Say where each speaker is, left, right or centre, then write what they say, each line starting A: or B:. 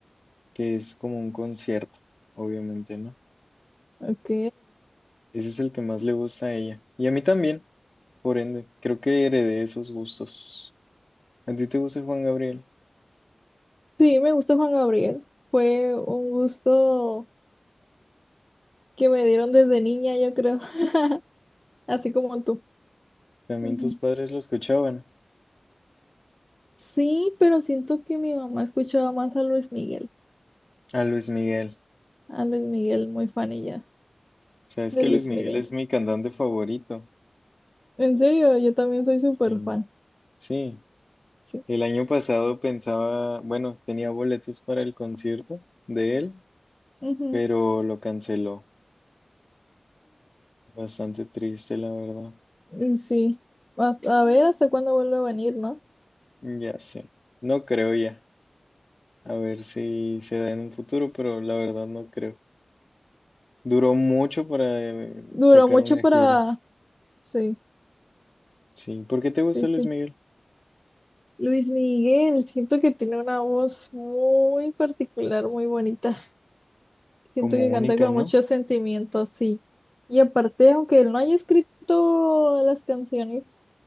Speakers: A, on the left (about 45°); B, on the left (about 20°).
A: que es como un concierto, obviamente, ¿no?
B: Ok.
A: Ese es el que más le gusta a ella. Y a mí también, por ende, creo que heredé esos gustos. ¿A ti te gusta Juan Gabriel?
B: Sí, me gusta Juan Gabriel. Fue un gusto que me dieron desde niña, yo creo, <laughs> así como tú.
A: También
B: Ujú.
A: tus padres lo escuchaban.
B: Sí, pero siento que mi mamá escuchaba más a Luis Miguel.
A: A Luis Miguel.
B: A Luis Miguel, muy fan ella
A: Sabes
B: de
A: que
B: Luis
A: Luis Miguel
B: Miguel.
A: es mi cantante favorito.
B: En serio, yo también soy súper
A: Sí.
B: fan.
A: Sí.
B: Sí.
A: El año pasado pensaba, bueno, tenía boletos para el concierto de él,
B: Ujú.
A: pero lo canceló. Bastante triste, la verdad.
B: Y sí, a, a ver hasta cuándo vuelve a venir, ¿no?
A: Ya sé. No creo ya. A ver si se da en un futuro, pero la verdad no creo. Duró mucho para eh,
B: Duró
A: sacar
B: mucho
A: una
B: para...
A: gira.
B: Sí,
A: Sí. ¿Por qué te gusta
B: sí, sí.
A: Luis Miguel?
B: Luis Miguel, siento que tiene una voz muy particular, muy bonita. Siento
A: Como
B: que
A: única,
B: canta con
A: ¿no?
B: mucho sentimiento, sí. Y aparte, aunque él no haya escrito las canciones,